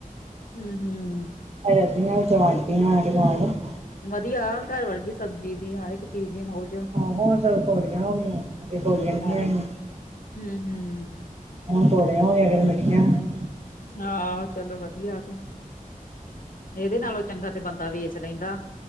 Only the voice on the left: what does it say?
ਹੂੰ- ਹੂੰ।
ਵਧੀਆ ਘਰ ਵਰਗੀ ਸਬਜ਼ੀ ਦੀ, ਹਰ ਇੱਕ ਚੀਜ਼ ਦੀ, ਮੌਜ
ਹਾਂ
ਹੂੰ ਹੂੰ
ਆਹ ਚਲੋ ਵਧੀਆ ਆ ਕੇ, ਇਹਦੇ ਨਾਲੋਂ ਚੰਗਾ ਤੇ ਬੰਦਾ ਵੇਸਟ - ਰਹਦਾ,